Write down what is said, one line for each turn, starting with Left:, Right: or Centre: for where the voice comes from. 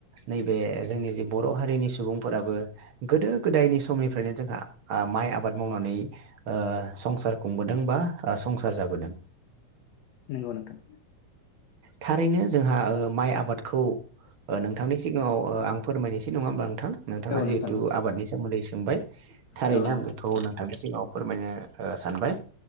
Right: नैबे जोंनि जि बर' हारिनि सुबुंफोराबो गोदो गोदायनि समनिफ्रायनो जोंहा माइ आबाद मावनानै संसार खुंबोदों बा संसार जाबोदों
Left: नोंगौ नोंथां
Right: थारैनो जोंहा माइ आबादखौ नोंथांनि सिगाङाव आं फोरमायनोसै नङा होनबा नोंथां नोंथाङा
Left: औ
Right: जिहेथु
Left: नोंथां
Right: आदनि सोमोन्दै सोंबाय थारैनो
Left: औ नोंथां
Right: आं बेखौ नोंथांनो औ फोरमायनो ओ सानबाय